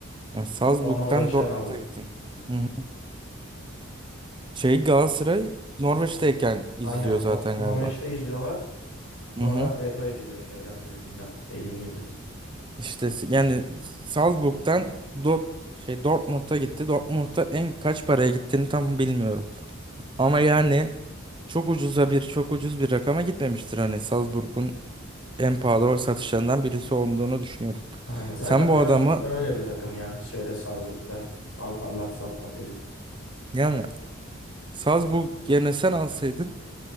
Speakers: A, on the right; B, on the left.
A: Yani Salzburg'dan
B: O Norveç'ten
A: Dortmund'a
B: aldı.
A: gittin. Hı hı. Şey Galatasaray Norveç'teyken izliyor
B: Aynen.
A: zaten
B: No- Norveç'te
A: galiba.
B: izliyorlar. Sonra
A: Hı hı.
B: veto ediliyor şeyden yönetimden. Dediğin gibi.
A: İşte s- yani Salzburg'dan Dort şey Dortmund'a gitti. Dortmund'a en kaç paraya gittiğini tam bilmiyorum. Ama yani çok ucuza bir çok ucuz bir rakama gitmemiştir hani Salzburg'un en pahalı satışlarından birisi olduğunu düşünüyordum.
B: Aynen. Zaten
A: Sen bu
B: biraz
A: adamı
B: öyle bir takım ya şeyde Salzburg'da. Alparlat Salt modeli
A: yani Salzburg yerine sen alsaydın